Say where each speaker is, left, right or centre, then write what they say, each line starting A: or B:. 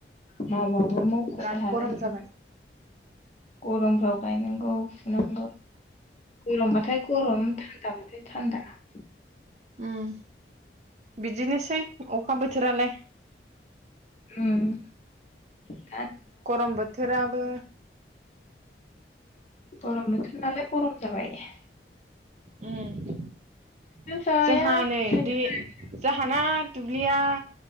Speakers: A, on the left; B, on the right.
A: माव‌ माव । <unintelligible> मावख'
B: बिराद
A: हालायि
B: गरम जाबाय
A: गरमफ्राव गायनांगौ फुनांगौ गोलोम बाथाय गरम थान्दा बाथाय थान्दा ।
B: ओम बिदिनोसै अखा बोथोरालाय‌।
A: ओम ।
B: गरम बोथोराबो
A: गरम बोथोर नालाय गरम जाबाय ।
B: ओम ।
A: जाया
B: जोंहा नै
A: थाइजौ
B: दै
A: जाया
B: जाहाना दुब्लिया